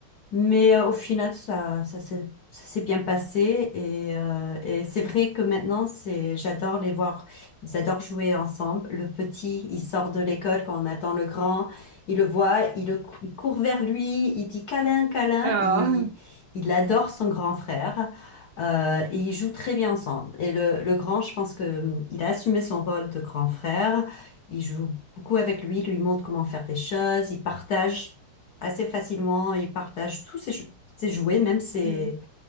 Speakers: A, on the left; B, on the right.
A: Mais euh, au final, ça, ça s'est, ça s'est bien passé et, euh, et c'est vrai que maintenant, c'est, j'adore les voir. Ils adorent jouer ensemble. Le petit, il sort de l'école quand on attend le grand. Il le voit, il, le cou- il court vers lui, il dit câlin, câlin.
B: Ah,
A: Il, il adore son grand frère. Euh, et ils jouent très bien ensemble. Et le, le grand, je pense que hum, il a assumé son rôle de grand frère. Il joue beaucoup avec lui, il lui montre comment faire des choses, il partage assez facilement. Il partage tous ses, jou- ses jouets, même ses,
B: <laughs> hmm.